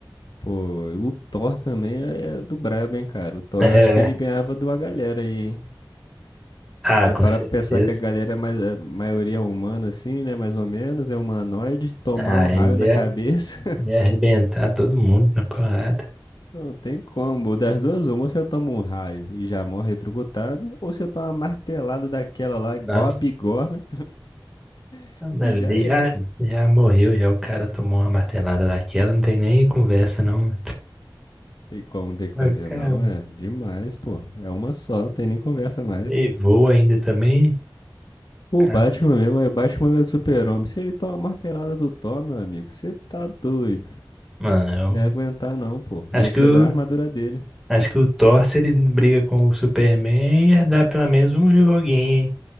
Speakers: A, on the left; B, in the centre.
A: Pô, e o Thor também é é do brabo, hein, cara. O Thor
B: É,
A: acho que
B: né?
A: ele ganhava de uma galera aí, hein?
B: ah,
A: E
B: com
A: para
B: certeza.
A: pensar que a galera é mais, é maioria humana, assim, né? Mais ou menos, é humanoide. Tomar
B: Ah,
A: um raio
B: ele
A: na
B: ia,
A: cabeça,
B: ia arrebentar todo mundo na porrada.
A: <laughs> não tem como. Das duas, uma, ou se eu tomo um raio e já morro eletrocutado, ou se eu tomo uma martelada daquela lá, igual
B: Nossa,
A: a bigorna, <laughs>
B: ele
A: e já era.
B: já, já morreu, já o cara tomou uma martelada daquela, não tem nem conversa, não.
A: Tem como ter que
B: Bacana.
A: fazer, não, é demais, pô. É uma só, não tem nem conversa mais.
B: E voa ainda também.
A: O
B: Cara,
A: Batman mesmo, aí o Batman ganha do Super-Homem. Se ele tomar uma martelada do Thor, meu amigo, você tá doido.
B: Mano,
A: Não ia aguentar não, pô. Ia
B: eu acho que
A: quebrar
B: o,
A: a armadura dele.
B: acho que o Thor, se ele briga com o Superman, ia dar pelo menos um joguinho, hein?